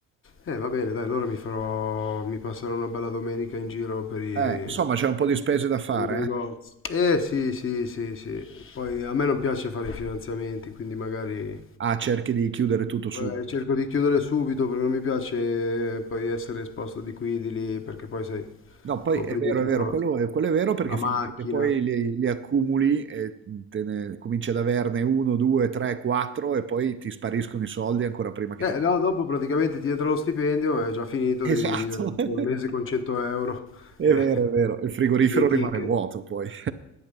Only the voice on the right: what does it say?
Eh, insomma, c'è un po' di spese da fare,
eh?
Ah, cerchi di chiudere tutto subito.
No, poi
è vero,
è vero,
quello è, quello è vero perché
finisce
che poi li, li accumuli e te ne, cominci ad averne uno, due, tre, quattro e poi ti spariscono i soldi ancora prima che
te...
Esatto.
<laughs>
È
vero, è vero. Il frigorifero
rimane
vuoto poi. <laughs>